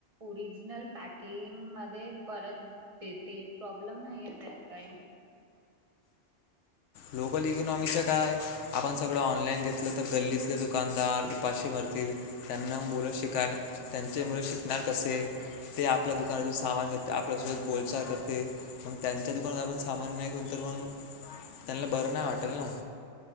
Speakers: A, on the right (about 35°); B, on the left (about 85°).
A: ओरिजिनल पॅकिंग मध्ये परत देते प्रॉब्लेम नाही आहे त्यात काही.
B: लोकल इकॉनॉमीकच काय आपण सगळं ऑनलाईन घेतलं तर गल्लीतले दुकानदार उपाशी मरतील त्यांना मुलं शिक त्यांच्या मुल शिकणार कसे ते आपल्या दुकानातून सामान घेत आपल्यासोबत बोलचाल करते मग त्यांच्या दुकानात आपण सामान नाही घेऊ तर मग त्यांना बरं नाय वाटणार.